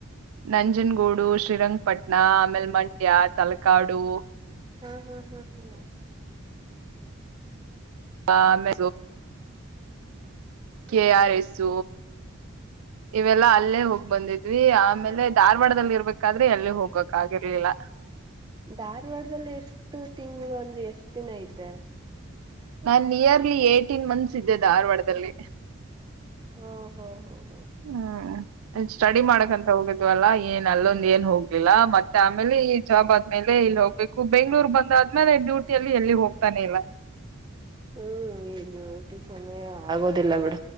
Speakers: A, on the right; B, on the right.
A: ನಂಜನಗೂಡು ಶ್ರೀರಂಗಪಟ್ಣ ಅಮೆಲ್ಮಂಡ್ಯ ತಲಕಾಡು
B: ಹ್ಮ್ ಹ್ಮ್ ಹ್ಮ್ ಹ್ಮ್
A: ಹಾ ಮ ಕೆ
B: ಹ್ಮ್
A: ಆರ್ ಎಸ್ ಇವೆಲ್ಲಾ ಅಲ್ಲೇ ಹೋಗಿ ಬಂದಿದ್ವಿ ಆ ಆಮೇಲೆ ಧಾರವಾಡದಲ್ಲಿ ಇರ್ಬೇಕಾದ್ರೆ ಎಲ್ಲಿ ಹೋಗ್ಕ್ಗಿರ್ಲಿಲ್ಲ
B: ಧಾರವಾಡದಲ್ಲಿ ಎಷ್ಟು ತಿಂಗಳು ಅಂದ್ರೆ ಎಷ್ಟ್ ದಿನ ಇದ್ದೆ
A: ನಾನ್ ನಿಯರ್ಲಿ ಏಟೀನ್ ಮಂತ್ಸ್ ಇದ್ದೆ ಧಾರವಾಡದಲ್ಲಿ
B: ಹಓ ಹೋ ಹ
A: ಹ್ಮ್ ಸ್ಟಡಿ ಮಾಡಕಂತ ಹೋಗಿದ್ವಲ್ಲಾ ಏನ್ ಅಲ್ಲೊಂದ ಏನ್ ಹೋಗ ಇಲ್ಲ ಮತ್ತೆ ಆಮೇಲೆ ಹಜಾಬಾದ್ಲೆ ಇಲ್ಲಿ ಹೋಗ್ಬೇಕು ಬೆಂಗ್ಳೂರ್ ಬಂದಾದ್ಮೇಲೆ ಡ್ಯೂಟಿ ಅಲ್ಲಿ ಎಲ್ಲಿ ಹೋಗ್ತಾನೆ ಇಲ್ಲ
B: ಹ್ಮ್ ಇಲ್ಲಿಟಿ ಸಮಯ ಆಗೋದಿಲ್ಲ ಬಿಡ